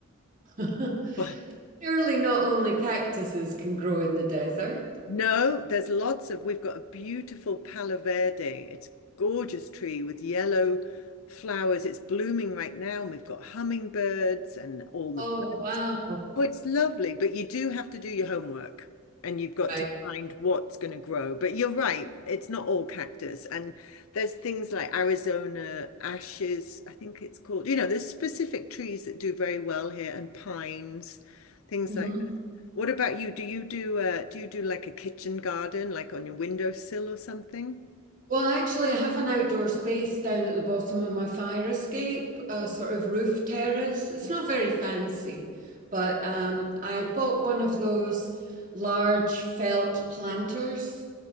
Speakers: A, on the right; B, on the left.
A: <laughs>
B: Well,
A: Surely not only cactuses can grow in the desert.
B: no, there's lots of, we've got a beautiful Palo Verde. It's a gorgeous tree with yellow flowers. It's blooming right now. And we've got hummingbirds and all the
A: Oh, wow.
B: Oh, it's lovely, but you do have to do your homework and you've got
A: Right.
B: to find what's going to grow. But you're right, it's not all cactus. And there's things like Arizona ashes, I think it's called. You know, there's specific trees that do very well here and pines, things
A: hmm
B: like that. What about you? Do you do uh, do you do like a kitchen garden, like on your windowsill or something?
A: Well, actually, I have an outdoor space down at the bottom of my fire escape, a sort of roof terrace. It's not very fancy, but um, I bought one of those large felt planters.